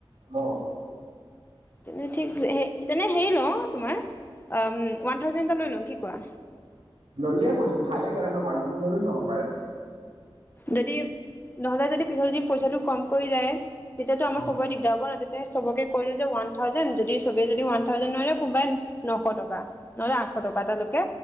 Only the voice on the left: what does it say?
তেনে ঠিক, তেনে সেই ল‌ওঁ তোমাৰ আম ওৱান থাউজেন্দ এটা লৈ ল‌ওঁ কি কোৱা?
যদি নহ'লে যদি পিছত যদি পইচাটো কমকৈ যায়, তেতিয়া তো আমাৰ
চাবৰ দিগদাৰ হব ন? তেওঁ চবকে ক'লে যে ওৱান থাউজেন্ড, যদি চবে যদি থাউজেন্ড নোৱাৰে, কোনোবাই নশ টকা, নহলে আঠশ টকা, তেওঁলোকে